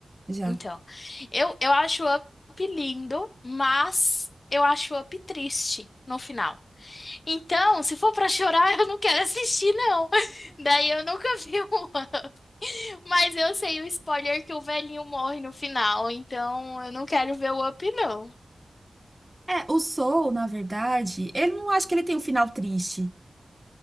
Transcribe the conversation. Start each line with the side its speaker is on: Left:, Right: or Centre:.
Right: já.
Left: Então, eu, eu acho o Up lindo, mas eu acho o Up triste no final. Então, se for pra chorar, <laughs> eu não quero assistir, não. <laughs> Daí eu nunca <laughs> vi um Up. Mas eu sei o spoiler que o velhinho morre no final, então eu não quero ver o Up, não.
Right: É, o Soul, na verdade, ele não acho que ele tem um final triste.